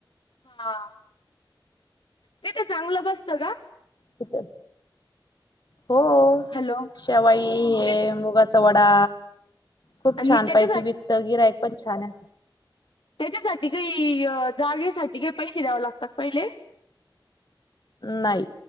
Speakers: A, on the left; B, on the left.
A: हा! तिथे चांगलं बसत का?
B: कुठं? हो!
A: हॅलो!
B: शेवाई, हे
A: ते
B: मुगाचा वडा खूप
A: आणि
B: छान
A: त्याच्यासाठी
B: पैकी विक तिथं गिर्हाईक पण छान आहे.
A: त्याच्यासाठी गं ही, जागे साठी हे पैसे द्यावे लागतात पहिले?
B: नाही.